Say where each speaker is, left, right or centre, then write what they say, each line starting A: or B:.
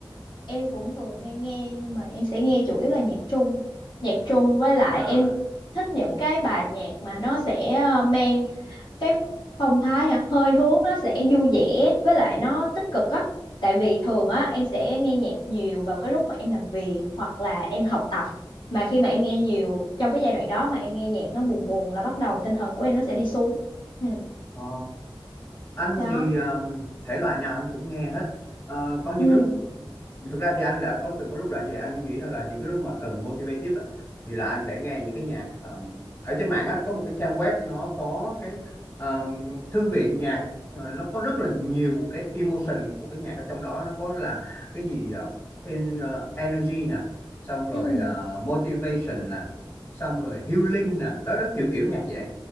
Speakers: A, on the left; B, on the left.
A: em cũng thường hay nghe nhưng mà em sẽ nghe chủ yếu là nhạc Trung nhạc Trung với lại
B: À,
A: em thích những cái bài nhạc mà nó sẽ ờ, mang cái phong thái hả hơi hướng nó sẽ vui vẻ với lại nó tích cực á tại vì thường á em sẽ nghe nhạc nhiều vào cái lúc mà em làm việc hoặc là em học tập mà khi mà em nghe nhiều trong cái giai đoạn đó mà em nghe nhạc nó buồn buồn là bắt đầu tinh thần của em nó sẽ đi xuống ừ
B: ờ, anh
A: đó
B: thì ờ, thể loại nào anh cũng nghe hết Ờ, có những
A: ừ
B: lúc thực ra thì anh đã có từng có lúc là vậy anh nghĩ rằng là những cái lúc mà cần motivative á, thì là anh sẽ nghe những cái nhạc ờm, ở trên mạng á, có một cái trang web nó có cái ờm, thư viện nhạc ờ, nó có rất là nhiều cái emotion của cái nhạc ở trong đó nó có là cái gì ờ, in, ờ, energy nè xong rồi
A: ừ
B: ờ, motivation nè xong rồi healing nè đó là kiểu kiểu nhạc vậy